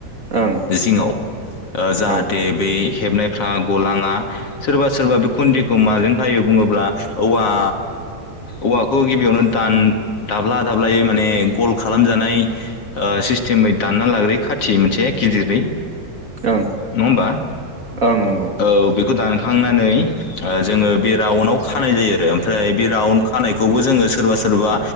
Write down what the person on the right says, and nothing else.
ओं
औ
ओं
ओं नंगौ